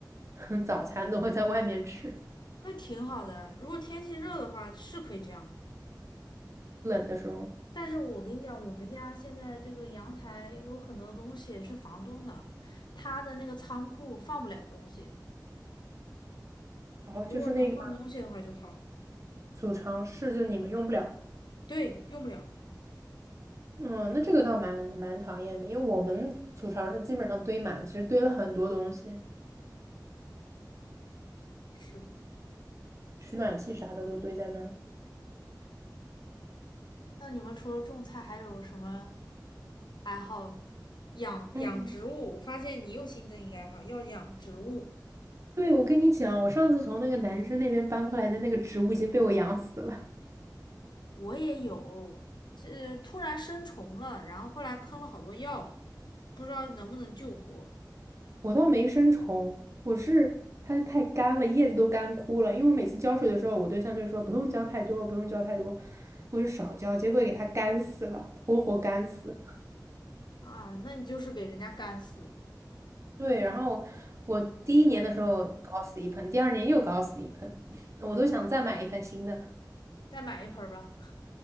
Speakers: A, on the right (about 40°); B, on the left (about 75°).
A: <laughs> 早餐都会在外面吃
B: 那挺好的。如果天气热的话，是可以这样。
A: 的时候，
B: 但是我跟你讲，我们家现在这个阳台有很多东西是房东的，他的那个仓库放不了东西。
A: 然后就是那个
B: 如果能放东西的话就好。
A: 储藏室，就你们用不了。
B: 对，用不了。
A: 嗯，那这个倒蛮蛮讨厌的，因为我们储藏室基本上堆满，其实堆了很多东西，
B: 是的。
A: 取暖器啥的都堆在那儿。
B: 那你们除了种菜，还有什么爱好？养养植物，
A: 嗯，
B: 我发现你又新增一个爱好，要养植物。
A: 对，我跟你讲，我上次从那个男生那边搬过来的那个植物已经被我养死了。
B: 我也有，这突然生虫了，然后后来喷了好多药，不知道能不能救活。
A: 我倒没生虫，我是它太干了，叶子都干枯了。因为我每次浇水的时候，我对象就说不用浇太多，不用浇太多，我就少浇，结果给它干死了，活活干死。
B: 啊，那你就是给人家干死，
A: 对，然后我第一年的时候搞死一盆，第二年又搞死一盆，<laughs> 我都想再买一盆新的了
B: 再买一盆儿吧。<laughs>